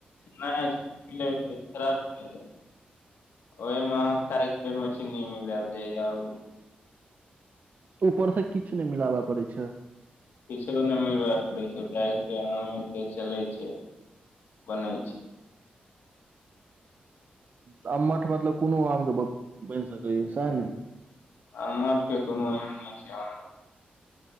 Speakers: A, on the left (about 85°); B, on the right (about 50°).
A: नहि खरा ओहिमे अहाँ खाए के ना चीनी मिलै जाइयए आब उ
B: ऊपर से किछ नहि मिलाबय पड़ै छै
A: किछो नहि मिलबा पड़े छै डायरेक्ट के चले छै बनै छै
B: ह आममठ मतलब कोनो आम के बनि सकैय स‌एह नै
A: आ मठ के कोनो नहि छै